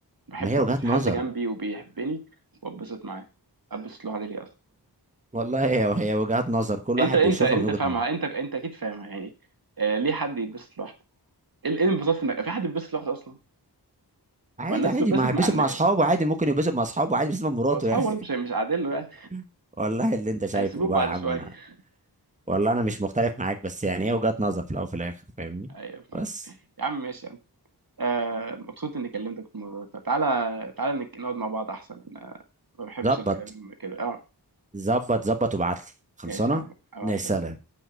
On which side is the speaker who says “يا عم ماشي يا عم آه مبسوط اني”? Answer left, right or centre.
Right